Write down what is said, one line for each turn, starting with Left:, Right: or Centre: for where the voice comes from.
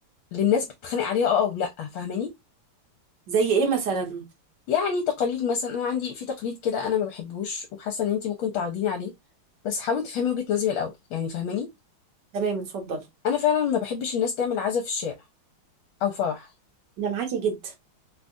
Left: اللي الناس بتتخانق عليها اه او لا فاهماني
Right: زي ايه مثلا
Left: يعني تقاليد مثلا انا عندي في تقليد كده انا ما بحبوش وحاسه ان انتي ممكن تعرضيني عليه بس حاولي تفهمي وجهة نظري الاول يعني فاهماني
Right: تمام اتفضل
Left: انا فعلا ما بحبش الناس تعمل عزا في الشارع او فرح
Right: انا معاكي جدا